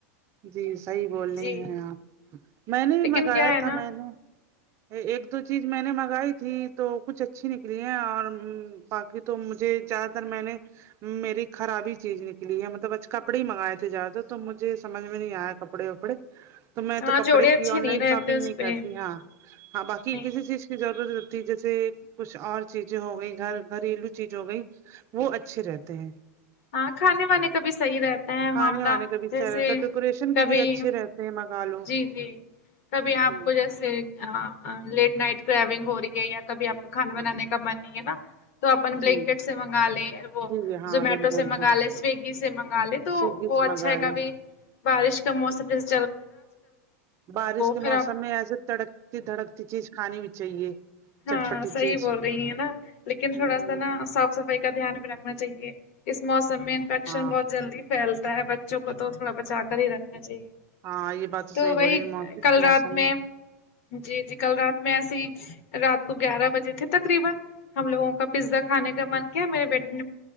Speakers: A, on the right; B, on the left.
A: جی صحیح بولنی
B: جی
A: ہیں آپ میں نے بھی
B: لیکن
A: منگایا
B: کیا ہے
A: تھا
B: نا
A: میں نے ایک دو چیز میں نے منگائی تھی تو کچھ اچھی نکلی ہیں اور باقی تو مجھے زیادہ تر میں نے میری خرابی چیز نکلی ہے مطلب ا کپڑے ہی منگائے تھے زیادہ تو مجھے سج میں نہیں آیا کپڑے وپڑے تو میں
B: ہاں
A: تو کپڑے
B: جوڑے اچھے
A: کی آن
B: نہیں
A: لائن
B: رہتے
A: شاپنگ
B: اس
A: نہیں
B: پہ
A: کرتی ہاں ہاں
B: نہیں
A: باقی کسی چیز کی ضرورت ہوتی جیسے کچھ اور چیزیں ہو گئی گھر گھریلو چیز ہو گئی وہ اچھے رہتے ہیں
B: ہاں کھانے وانے کا بھی صحیح رہتا
A: کھانے
B: معاملہ
A: وانے کا بھی
B: جیسے
A: صحیح رہتا ہے ڈیکوریشن
B: کبھی
A: کے بھی اچھے رہتے ہیں منگا لو
B: جی جی کبھی آپ
A: جی
B: کو جیسے لیٹ نائٹ گ ہو رہی ہے یا کبھی آپ کو کھانا بنانے کا من نہیں ہے نا تو اپن بلینکیٹ
A: جی
B: سے منگا لیں وہ
A: جی جی ہاں
B: زومیٹو
A: بالکل
B: ٹو سے منگا
A: بالکل
B: لے سویگی سے مگا لے تو
A: سویگی
B: وہ
A: سے
B: اچھا
A: منگا
B: ہے
A: لے
B: کبھی بارش کا موسم ج
A: بارش کے
B: پھر
A: موسم
B: آپ
A: میں ایسے تڑکتی دھڑکتی چیز کھانی بھی چاہیے
B: ہاں
A: چٹپٹی
B: صحیح
A: چیز
B: بول رہی ہیں نا لیکن تھوڑا
A: ہوں
B: سا نا صاف صفائی کا دھیان بھی رکھنا چاہیے اس موسم میں انفیکشن
A: ہاں
B: بہت جلدی پھیلتا ہے بچوں کو تو تھوڑا بچا کر ہی رکھنا چاہیے
A: ہاں یہ بات
B: تو
A: صحیح
B: وہی
A: بولی اس
B: کل رات
A: موسم
B: میں جی جی کل رات میں ایسی <unintelligible>